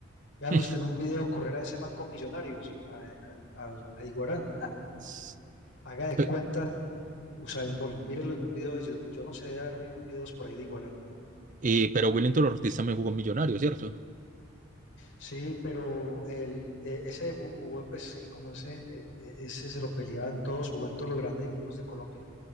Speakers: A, on the left; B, on the right.
A: Véalo
B: <laughs>
A: usted en un video correr a ese man con Millonarios, a, al- al- a Iguarán.
B: S-
A: Haga de
B: pe-
A: cuenta Usain Bolt, mírelo en un video de YouTube. Yo no sé, de haber vi- videos por ahí de Iguarán.
B: y, pero Willington Ortiz también jugó en Millonario, ¿cierto?
A: Sí, pero el, eh, ese bu- jugó, pues como ese, eh, eh, ese se lo peleaban todos, jugó en todos los grandes equipos de Colombia.